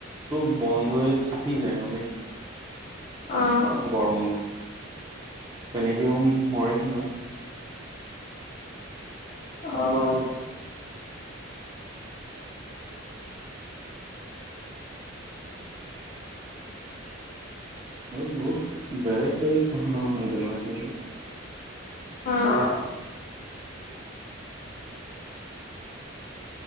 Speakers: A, on the right; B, on the left.
A: টো বন্ধ হৈ ফাটি যায় মানে।
B: অ'
A: গৰমত, তেনেকেও মৰে সিহঁত।
B: অ',
A: আৰু বহুত, বেলেগ বেলেগ ধৰণৰ হয় বেমাৰ খিনি।
B: অ',